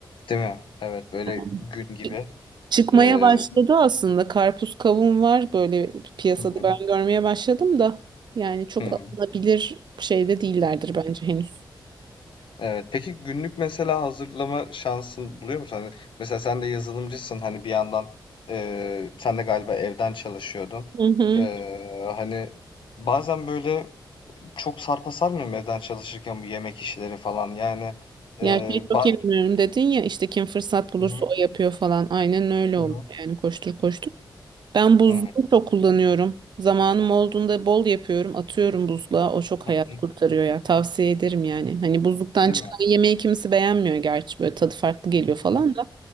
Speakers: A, on the left; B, on the right.
A: Değil mi? Evet böyle
B: Anladım.
A: gün gibi.
B: Çıkmaya
A: Eee,
B: başladı aslında. Karpuz kavun var böyle piyasada
A: hı hı.
B: ben görmeye başladım da. Yani çok
A: hı hı.
B: alınabilir şeyde değillerdir bence henüz.
A: Evet. Peki günlük mesela hazırlama şansın buluyor musun? Hani mesela sen de yazılımcısın. Hani bir yandan eee, sen de galiba evden çalışıyordun.
B: Hı hı.
A: Eee, hani bazen böyle çok sarpa sarmıyor mu evden çalışırken bu yemek işleri falan? Yani eee
B: Ya şey çok
A: baz-
B: inanıyorum dedin ya işte kim fırsat bulursa
A: Hı hı,
B: o yapıyor falan. Aynen öyle
A: hı
B: oluyor
A: hı,
B: yani koştur koştur. Ben buzluğu
A: hı hı, hı
B: çok kullanıyorum. Zamanım olduğunda bol yapıyorum. Atıyorum buzluğa. O çok
A: hı.
B: hayat kurtarıyor ya. Tavsiye ederim yani. Hani buzluktan
A: Değil
B: çıkan
A: mi?
B: yemeği kimisi beğenmiyor gerçi. Böyle tadı farklı geliyor falan
A: Hı
B: da.